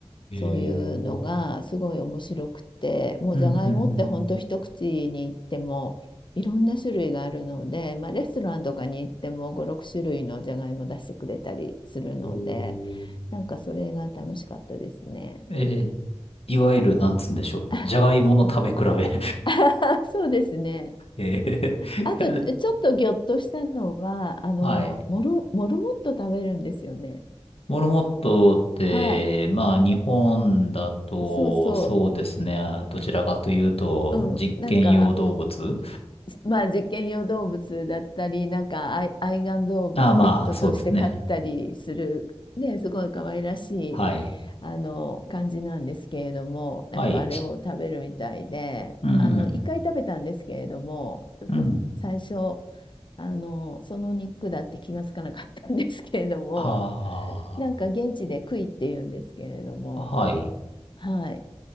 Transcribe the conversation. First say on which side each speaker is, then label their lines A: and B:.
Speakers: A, on the left (about 65°); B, on the left (about 45°).
A: えー、
B: そういうのがすごい面白くてもうじゃがいもって本当一口にいってもいろんな種類があるので、
A: うんうん
B: まあ、レストランとかに行っても5、6種類のじゃがいも出してくれたりするので
A: うん。
B: なんかそれが楽しかったですね。
A: えー、えーいわゆる、なんつうんでしょう。
B: あ
A: じゃがいもの食べ比べ
B: <laughs> そうですね。
A: <laughs> えー、いや
B: あとちょっとぎょっとしたのはあのモル、
A: はい。
B: モルモット食べるんですよね。
A: モルモットって、
B: はい。
A: まあ、日本だと、
B: そうそ
A: そうですね。あどちらかというと、
B: う。うん。
A: 実験用動物。
B: なんかまあ、実験用動物だったり、なんか愛、愛玩動物、
A: ああ、まあ、
B: ペットとして飼ったりする、
A: そうですね。
B: ね、すごい可愛らしい、
A: はい。
B: あの、感じなんですけれども、なんかあれを食べるみたいで、
A: はい。うん、
B: あの、
A: うん。
B: 一回食べたんですけれども、ちょっと最初、
A: うん
B: あの、その肉だって気がつかなかったんですけれども、
A: あ
B: なんか現地でクイって言うんですけれども、
A: あ、はい。
B: はい。